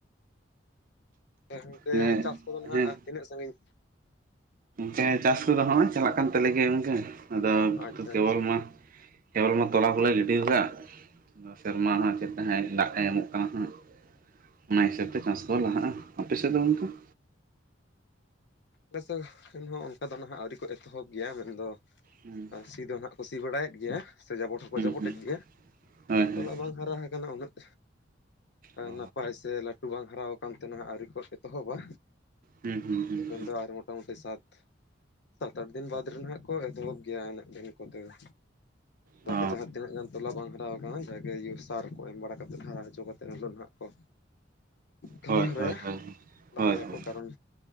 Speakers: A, on the left; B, on the right.
A: ᱜᱚᱝᱠᱮ
B: ᱢᱟᱱᱮ
A: ᱪᱟᱥ ᱠᱚᱫᱚ
B: ᱦᱮᱸ
A: ᱦᱟᱸᱜ ᱛᱤᱱᱟᱹᱜ ᱥᱟᱺᱜᱤᱧ
B: ᱦᱮᱸ ᱪᱟᱥ ᱠᱚᱫᱚ ᱦᱚᱸᱜᱼᱚᱭ ᱪᱟᱞᱟᱜ ᱠᱟᱱ ᱛᱟᱞᱮ ᱜᱮᱭᱟ ᱜᱚᱝᱠᱮ ᱟᱫᱚ
A: ᱟᱪᱪᱷᱟ
B: ᱠᱮᱵᱚᱞ
A: ᱟᱪᱪᱷᱟ
B: ᱢᱟ ᱠᱮᱵᱚᱞ ᱢᱟ ᱛᱚᱞᱟ ᱠᱚᱞᱮ ᱜᱤᱰᱤᱣᱟᱠᱟᱫ ᱥᱮᱨᱢᱟ ᱦᱟᱸᱜ ᱪᱮᱫ ᱞᱮᱠᱟ ᱦᱸᱜᱼᱮ ᱫᱟᱜ ᱮ ᱮᱢᱚᱜ ᱠᱟᱱᱟ ᱦᱟᱸᱜ ᱚᱱᱟ ᱦᱤᱥᱟᱹᱵᱽ ᱛᱮ ᱪᱟᱥ ᱠᱚ ᱞᱟᱦᱟᱜᱼᱟ ᱟᱯᱮᱥᱮᱫ ᱫᱚ ᱜᱚᱝᱠᱮ
A: ᱟᱞᱮ ᱥᱮᱱ ᱼ ᱥᱮᱱ ᱦᱚᱸ ᱚᱱᱠᱟ ᱫᱚ ᱱᱷᱟᱜ ᱟᱹᱣᱨᱤ ᱠᱚ ᱮᱛᱚᱦᱚᱵᱽ ᱜᱮᱭᱟ ᱢᱮᱱᱫᱚ
B: ᱦᱩᱸ
A: ᱥᱤ ᱫᱚ ᱦᱟᱸᱜ ᱠᱚ ᱥᱤ ᱵᱟᱲᱟᱭᱮᱫ ᱜᱮᱭᱟ ᱥᱮ ᱡᱟᱵᱚᱴ ᱦᱚᱸᱠᱚ
B: ᱦᱩᱸ
A: ᱡᱟᱯᱚᱴᱮᱫ
B: ᱦᱩᱸ
A: ᱜᱮᱭᱟ
B: ᱦᱳᱭ ᱦᱳᱭ
A: ᱛᱚᱞᱟ ᱵᱟᱝ ᱦᱟᱨᱟ ᱟᱠᱟᱱᱟ ᱩᱱᱟᱹᱜ
B: ᱚ
A: ᱱᱟᱯᱟᱭ ᱥᱮ ᱞᱟᱹᱴᱩ ᱵᱟᱝ ᱦᱟᱨᱟᱣᱼᱼ ᱚᱱᱛᱮ ᱱᱷᱟᱜ ᱟᱹᱣᱨᱤ ᱠᱚ ᱮᱛᱚᱦᱚᱵᱟ
B: ᱦᱩᱸ ᱦᱩᱸ ᱦᱩᱸ
A: ᱤᱧ ᱫᱚ ᱟᱨ ᱦᱚᱸ ᱢᱚᱴᱟᱢᱩᱴᱤ ᱥᱟᱛ ᱥᱟᱛ ᱟᱴ ᱫᱤᱱ ᱵᱟᱫᱽ ᱨᱮ ᱱᱷᱟᱜ ᱠᱚ ᱮᱛᱚᱦᱚᱵ ᱜᱮᱭᱟ ᱤᱱᱟᱹᱜ ᱫᱤᱱ ᱠᱚᱛᱮ ᱫᱚ ᱡᱟᱜᱮ
B: ᱚ
A: ᱡᱟᱦᱟᱸ ᱛᱤᱱᱟᱹᱜ ᱜᱟᱱ ᱛᱚᱞᱟ ᱵᱟᱝ ᱦᱩᱭᱩᱜ ᱦᱟᱛᱟᱣ ᱠᱟᱱᱟ ᱡᱟᱜᱮ ᱤᱭᱟᱹ ᱥᱟᱨ ᱠᱚ ᱮᱢ ᱵᱟᱲᱟ ᱠᱟᱛᱮ ᱦᱟᱨᱟ ᱦᱚᱪᱚ ᱠᱟᱛᱮ ᱱᱷᱟᱜ ᱠᱚ ᱠᱟᱹᱢᱤ
B: ᱦᱳᱭ
A: ᱦᱚᱨᱟᱭᱟ
B: ᱦᱳᱭ ᱦᱳᱭ
A: ᱞᱟᱦᱟᱭᱟᱠᱚ
B: ᱦᱳᱭ ᱦᱳᱭ
A: ᱠᱟᱨᱚᱱ